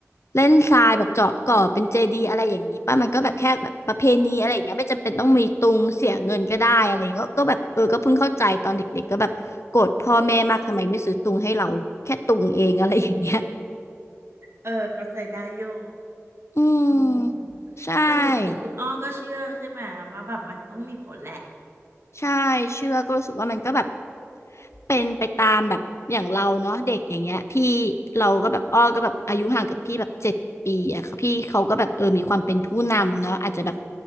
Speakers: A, on the left; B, on the right.
A: เล่นทรายแบบเจาะก่อเป็นเจดีย์อะไรอย่างนี้ป่ะมันก็แบบแค่แบบประเพณีอะไรอย่างเงี้ยไม่จำเป็นต้องมีตุงเสียเงินก็ได้อะไรอย่างเงี้ยก็ก็แบบเออก็เพิ่งเข้าใจตอนเด็กๆก็แบบโกรธพ่อแม่มากทำไมไม่ซื้อตุงให้เราแค่ตุงเองอะไรอย่างเงี้ย
B: เออเข้าใจได้อยู่
A: อืม
B: อืม
A: ใช่
B: สรุปคือคุณอ้อก็เชื่อใช่ไหมว่าแบบมันต้องมีผลแหละ
A: ใช่เชื่อก็รู้สึกว่ามันก็แบบเป็นไปตามแบบอย่างเราเนาะเด็กอย่างเงี้ยพี่เราก็แบบอ้อก็แบบอายุห่างกับพี่แบบเจ็ดปีอะค่ะพี่เขาก็แบบเออมีความเป็นผู้นำเนาะอาจจะแบบ